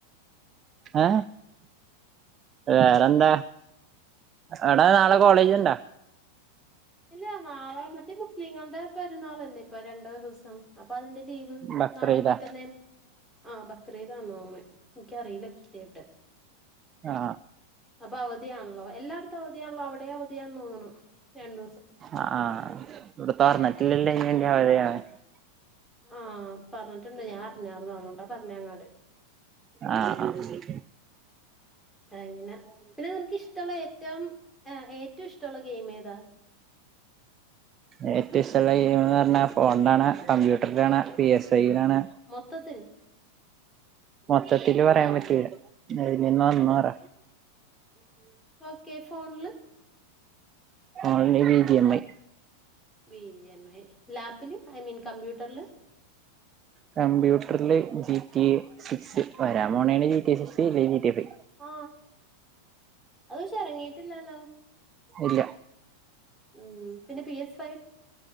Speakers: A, on the right; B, in the centre.
A: ഏ വേറെന്താ അവിടാ നാളെ കോളേജ്ണ്ടാ-
B: ഇല്ല നാളെ മറ്റേ മുസ്ലിങ്ങളുടെ പെരുന്നാളല്ലേ ഇപ്പരണ്ട ദിവസം അപ്പൊ അതിന്റെ- ലീവ്
A: ബക്രീദാ
B: നാളെ മറ്റന്നേ ആ ബക്രീതാന്നതോന്നെ- എനിക്കറിയില്ല കൃത്യായിട്ട്
A: ആ
B: അപ്പൊ അവധിയണല്ലോ എല്ലായിടത്തും അവധിയാണല്ലോ അവിടെ അവധിയാന്ന് തോന്നുണു രണ്ട
A: ആ ഇവിടെ തോർനിട്ട ഇല്ലില്ല <unintelligible> അത <unintelligible>
B: ആ പറഞ്ഞിട്ടുണ്ട് ഞാൻ <unintelligible> പറഞ്ഞങ്ങാട്
A: ആഹ് ആഹ്
B: എങ്ങനെ പിന്നെ നിനക്ക് ഇഷ്ടൊള്ള ഏറ്റവും ഏ ഏറ്റോം ഇഷ്ടൊള്ള ഗെയിം ഏതാ
A: ഏറ്റോം ഇഷ്ടൊള്ള ഗെയിംന്ന് പറഞ്ഞാ ഫോൺ കാണാ കമ്പ്യൂട്ടറ് കാണാ പി എസ് കാണാ
B: മൊത്തത്തിൽ
A: മൊത്തത്തി ല് <unintelligible> പറയാൻ പറ്റൂല്ല ഇതിൽ നിന്ന് ഒന്ന് പറ
B: ഓക്കെ ഫോണില്
A: ഓൺലൈൻ വീതിയമ്മമായി
B: ബിജിഎം ഐ ലാപ്പില് ഐ മീൻ കമ്പ്യൂട്ടറില്
A: കമ്പ്യൂട്ട റില് ജിപി എ സിക്സ് വരാ മോണ ജി ടീ സിക്സ് അല്ലെ ജി ടീ ഫൈവ്
B: ആ അത് പക്ഷെ എറങ്ങീട്ടില്ലാല്ലോ
A: ഇല്ല
B: ഉം പിന്നെ പി എസ്